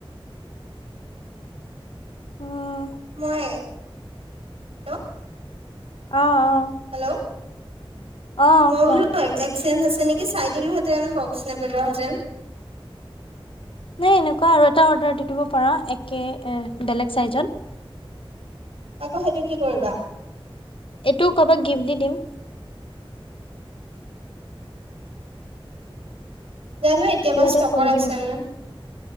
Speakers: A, on the left; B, on the right.
A: উম
B: মই হেল্ল'
A: আহ অ'।
B: হেল্ল',
A: অ অ
B: মই
A: কোৱা
B: বোলো এক্সেঞ্জ আছে নেকি চাই দিলোহেতেন বক্স নেপেলোৱা হেঁতেন।
A: নাই এনেকোৱাই আৰু এটা অৰ্ডাৰ দি দিব পাৰা একে বেলেগ চাইজট।
B: আকৌ সেইটো কি কৰিবা?
A: এইটোও কৰবাক গিফ্ট দি দিম।
B: জানো এতিয়াবা
A: কিবা
B: ষ্টকৰ
A: এটা কৰিব
B: আছে ন?